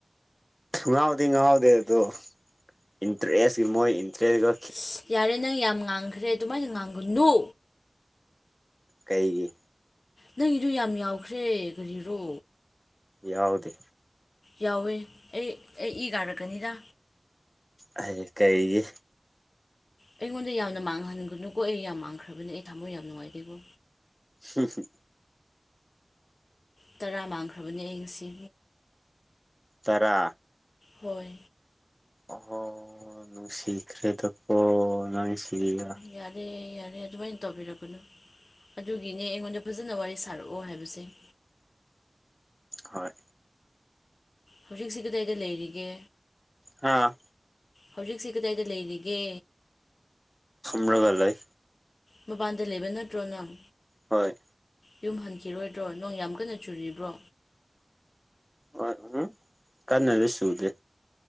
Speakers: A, in the centre; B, on the left.
A: ꯉꯥꯎꯗꯤ ꯉꯥꯎꯗꯦ ꯑꯗꯨ ꯏꯟꯇꯔꯦꯁꯀꯤ ꯃꯣꯏ ꯏꯟꯇꯔꯦꯁ
B: ꯑꯁ ꯌꯥꯔꯦ ꯅꯪ ꯌꯥꯝ ꯉꯥꯡꯈ꯭ꯔꯦ ꯑꯗꯨꯃꯥꯏꯅ ꯉꯥꯡꯒꯅꯨ
A: ꯀꯩꯒꯤ
B: ꯅꯪꯒꯤꯗꯨ ꯌꯥꯝ ꯌꯥꯎꯈ꯭ꯔꯦ ꯀꯔꯤꯔꯣ
A: ꯌꯥꯎꯗꯦ
B: ꯌꯥꯎꯋꯦ ꯑꯩ ꯑꯩ ꯏ ꯀꯥꯔꯛꯀꯅꯤꯗ
A: ꯍꯥꯏ ꯀꯩꯒꯤ
B: ꯑꯩꯉꯣꯟꯗ ꯌꯥꯝꯅ ꯃꯥꯡꯍꯟꯒꯅꯨꯀꯣ ꯑꯩ ꯌꯥꯝ ꯃꯥꯡꯈ꯭ꯔꯕꯅꯦ ꯑꯩ ꯊꯥꯃꯣꯢ ꯌꯥꯝ ꯅꯨꯡꯉꯥꯏꯇꯦꯀꯣ
A: ꯍꯝ ꯍꯝ
B: ꯇꯔꯥ ꯃꯥꯡꯈ꯭ꯔꯕꯅꯦ ꯑꯩ ꯉꯁꯤ
A: ꯇꯔꯥ
B: ꯍꯣꯏ
A: ꯑꯍꯣ ꯅꯨꯡꯁꯤꯈ꯭ꯔꯦꯗ ꯀꯣ ꯅꯪ ꯁꯤꯒ
B: ꯌꯥꯔꯦ ꯌꯥꯔꯦ ꯑꯗꯨꯃꯥꯏꯅ ꯇꯧꯕꯤꯔꯛꯀꯅꯣ ꯑꯗꯨꯒꯤꯅꯦ ꯑꯩꯉꯣꯟꯗ ꯐꯖꯅ ꯋꯥꯔꯤ ꯁꯥꯔꯛꯑꯣ ꯍꯥꯏꯕꯁꯦ <inaudible>
A: ꯍꯣꯏ
B: ꯍꯧꯖꯤꯛꯁꯤ ꯀꯗꯥꯢꯗ ꯂꯩꯔꯤꯒꯦ
A: ꯍꯥꯥ
B: ꯍꯧꯖꯤꯛꯁꯤ ꯀꯗꯥꯏꯗ ꯂꯩꯔꯤꯒꯦ
A: ꯂꯒ ꯂꯩ
B: ꯃꯄꯥꯟꯗ ꯂꯩꯕ ꯅꯠꯇ꯭ꯔꯣ ꯅꯪ
A: ꯍꯣꯏ
B: ꯌꯨꯝ ꯍꯟꯈꯤꯔꯣꯏꯗ꯭ꯔꯣ ꯅꯣꯡ ꯌꯥꯝ ꯀꯟꯅ ꯆꯨꯔꯤꯕ꯭ꯔꯣ
A: ꯍꯣꯢ ꯎꯝ ꯀꯟꯅꯗꯤ ꯆꯨꯗꯦ